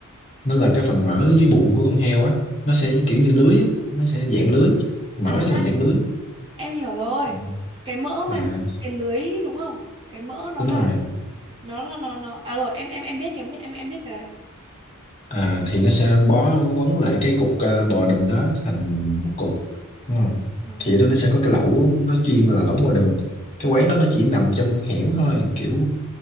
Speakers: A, on the left; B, on the right.
A: nó là cái phần mỡ dưới bụng của con heo á nó sẽ kiểu như lưới á nó sẽ dạng lưới mỡ
B: à
A: nhưng mà dạng lưới
B: em hiểu rồi
A: Ừ.
B: cái mỡ mà
A: à,
B: nhìn cái lưới đúng không cái mỡ nó
A: đúng
B: là
A: rồi
B: nó là nó nó à rồi em em em biết cái em em biết cái đấy
A: à, thì nó sẽ bó quấn lại cái cục à, bò đùm đó thành một cục đúng không
B: Ờ,
A: thì đó nó sẽ có cái lẩu nó chuyên là lẩu bò đùm cái quán đó nó chỉ nằm trong hẻm thôi kiểu